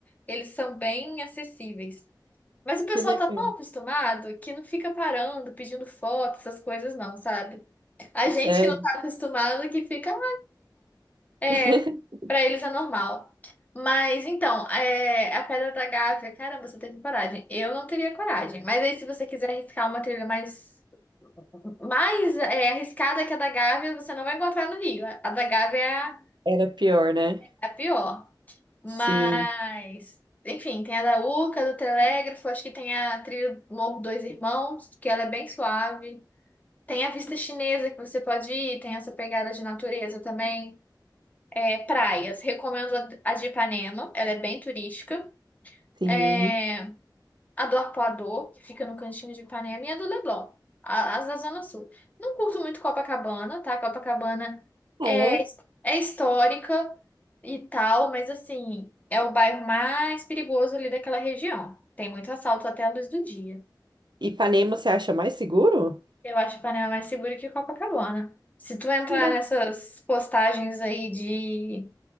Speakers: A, on the left; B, on the right.
A: Eles são bem acessíveis. Mas o pessoal
B: que legal.
A: tá tão acostumado que não fica parando, pedindo foto, essas coisas não, sabe? A
B: Sério.
A: gente que não tá acostumado que fica, "Ah, é,
B: <laughs>
A: pra eles é normal. Mas então, é, a Pedra da Gávea, caramba, você teve coragem. Eu não teria coragem. Mas aí, se você quiser arriscar uma trilha mais, mais é, arriscada que a da Gávea, você não vai encontrar no Rio. A da Gávea é a,
B: Era pior, né?
A: é a pior.
B: Sim,
A: Mas, enfim, tem a da Urca, do Telégrafo, acho que tem a trilha do Morro Dois Irmãos, que ela é bem suave. Tem a vista chinesa que você pode ir, tem essa pegada de natureza também. É, praias, recomendo a a de Ipanema, ela é bem turística.
B: sim.
A: É, a do Arpoador, que fica no cantinho de Ipanema, e a do Leblon, a- as da Zona Sul. Não curto muito Copacabana, tá? Copacabana
B: Ah,
A: é,
B: é?
A: é histórica e tal, mas assim, é o bairro mais perigoso ali daquela região. Tem muito assalto até a luz do dia.
B: Ipanema você acha mais seguro?
A: Eu acho Ipanema mais seguro que Copacabana. Se tu entrar
B: Que engra-
A: nessas postagens aí de,